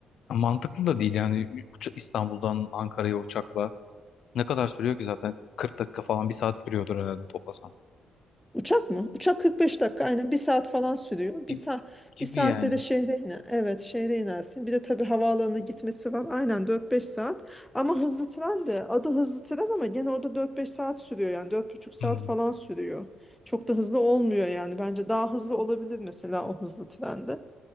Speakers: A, on the left (about 70°); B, in the centre.
A: mantıklı da değil yani Uça- İstanbul'dan Ankara'ya uçakla Ne kadar sürüyor ki zaten? 40 dakika falan bir saat sürüyordur herhalde toplasan.
B: Uçak mı? Uçak 45 dakika aynen bir saat falan sürüyor.
A: Gibi,
B: Bir saat
A: gibi
B: bir saatte
A: yani.
B: de şehre iner. Evet şehre inersin. Bir de tabii havaalanına gitmesi var. Aynen 4-5 saat. Ama hızlı tren de adı hızlı tren ama gene orada 4-5 saat sürüyor yani 4,5 saat
A: Hmm,
B: falan sürüyor. Çok da hızlı olmuyor yani. Bence daha hızlı olabilir mesela o hızlı trende.